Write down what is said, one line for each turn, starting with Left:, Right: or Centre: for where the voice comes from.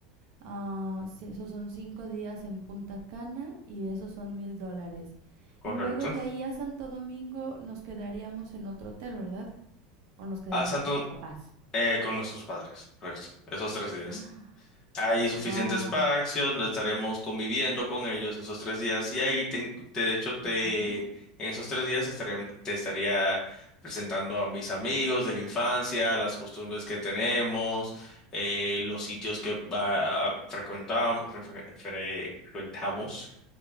Right: Ah, si esos son cinco días en Punta Cana y esos son mil dólares.
Left: correcto.
Right: Y luego de ahí a Santo Domingo nos quedaríamos en otro hotel, ¿verdad? O nos quedaremos
Left: A Santo,
Right: con tus papás.
Left: eh, con nuestros padres, correcto. Esos tres
Right: <gasps>
Left: días.
Right: Ah,
Left: Hay suficiente
Right: wow.
Left: espacio, no estaremos conviviendo con ellos esos tres días y ahí te, te- de hecho te
Right: Ajá.
Left: en esos tres días estaría, te estaría presentando a mis amigos de la infancia, las costumbres que tenemos, eh, los sitios que ah, frecuentam- fre- fre- frecuentamos